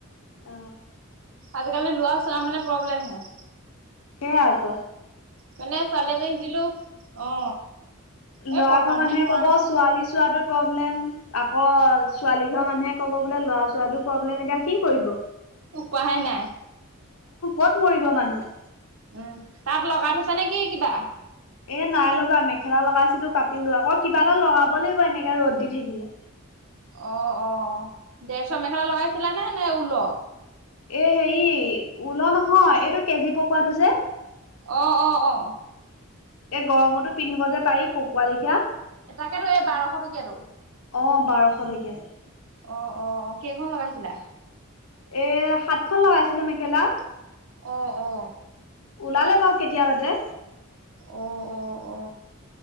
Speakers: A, on the left; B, on the right.
A: অ
B: আজিকালি লৱা চোৱা মানে প্ৰব্লেম হে
A: সেয়া আক
B: মানে ছোৱালী এজনীক দিলো অ এই
A: লৰা
B: পচন্দহে
A: ঘৰ মানুহে
B: হোৱা
A: ক'ব
B: নাই
A: ছোৱালী চোৱাটো প্ৰব্লেম আকৌ ছোৱালী ঘৰ মানুহে কব বোলে লৰা ছোৱালীৰ প্ৰব্লেম এতিয়া কি কৰিব অ
B: উপায় নাই
A: কত মৰিব মানুহ
B: উম তাত লগাই থৈছা নে কি কিবা
A: এ নাই লগা মেখেলা লগাইছিলো কাটিলো আকৌ কিবা এটা লগাব লাগিব এনেকে ৰ'দ দি থাকিলে
B: অ অ দেৰশ মেখেলা লগাইছিলানে নে ঊল
A: এহে হেৰি ওল নহয় এইটো কেজি পকোৱাটো যে এ
B: অ অ অ
A: গৰমতো পিন্ধিব যে পাৰি পকোৱা লেখিয়া অ
B: তাকেতো এই বাৰশ টকীয়াতো
A: বাৰশটকীয়াটো
B: অ অ অ কেইখন লগাইছিলা
A: এ সাতখন লগাইছিলো মেখেলা
B: অ অ
A: ওলালে বাৰু কেতিয়াবাতে
B: অ অ অ